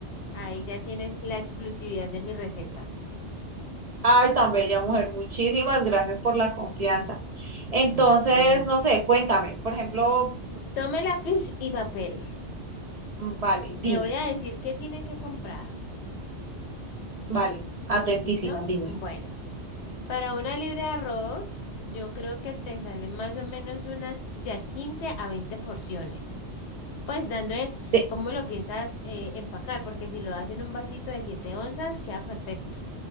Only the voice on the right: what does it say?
Ay, tan bella mujer. Muchísimas gracias por la confianza. Entonces,
no sé, cuéntame. Por ejemplo,
mm, vale,
dime,
vale, atentísima,
dime.
De-